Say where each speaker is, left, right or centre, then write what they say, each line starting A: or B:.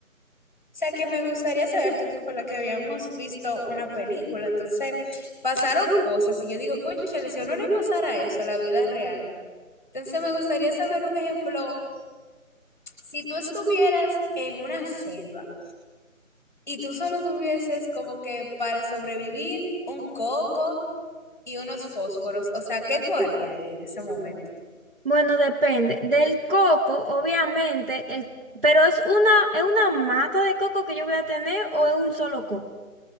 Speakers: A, in the centre; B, on the right.
A: o sea, que me gustaría saber, tú te acuerdas que habíamos visto una película, entonces pasaron cosas y yo digo, cónchale, si a uno le pasara eso a la vida real, entonces me gustaría saber un ejemplo, si tú estuvieras en una selva. y tú solo tuvieses como que para sobrevivir un coco y unos fósforos, o sea, ¿qué tú harías ahí en ese momento?
B: Bueno, depende. Del coco, obviamente, el, pero es una, es una mata de coco que yo voy a tener o es un solo coco.